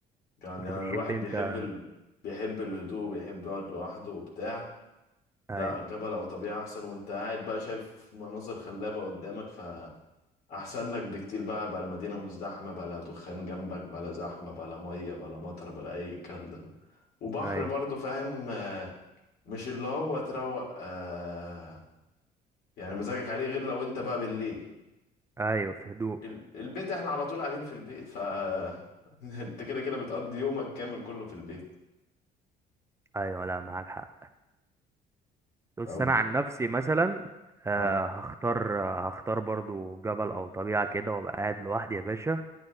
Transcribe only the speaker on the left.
يعني
أنا
الواحد
بيحب ال... بيحب الهدوء بيحب يقعد لوحده وبتاع
لا جبل او طبيعه احسن وانت قاعد بقى شايف مناظر خلابه قدامك فاحسن لك بكتير بقى بلا مدينه مزدحمه بلا دخان جنبك بلا زحمه بلا ميه بلا مطر بلا اي الكلام ده وبحر
برضو فاهم آه، مش اللي هو تروق آه يعني مزاجك عليه غير لو انت بقى بالليل
ال- البيت احنا على طول قاعدين في البيت ف <laughs> انت كده كده بتقضي يومك كامل كله في البيت
طب
اه